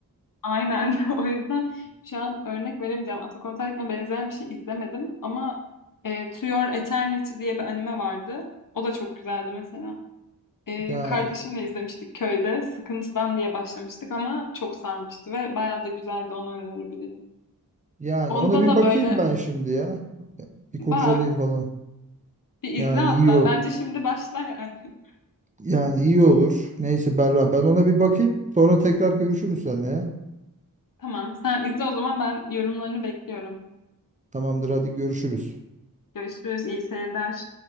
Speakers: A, on the left; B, on the right.
A: Aynen. <laughs> O yüzden şu an örnek veremeyeceğim. Attack on Titan'a benzeyen bir şey izlemedim ama e, To Your Eternity diye bir anime vardı. O da çok güzeldi mesela. E,
B: Yani
A: kardeşimle izlemiştik köyde. Sıkıntıdan diye başlamıştık ama çok sarmıştı ve bayağı da güzeldi. Onu önerebilirim.
B: yani
A: Onda
B: ona bir
A: da
B: bakayım
A: böyle
B: ben şimdi ya. Bir
A: bak
B: kurcalayayım falan.
A: bir izle
B: Yani
A: hatta.
B: iyi ol
A: Bence şimdi başla yani. <laughs>
B: yani iyi olur. Neyse Berra ben ona bir bakayım. Sonra tekrar görüşürüz seninle ya.
A: Tamam sen izle o zaman ben yorumlarını bekliyorum.
B: Tamamdır hadi görüşürüz.
A: Görüşürüz. iyi seyirler.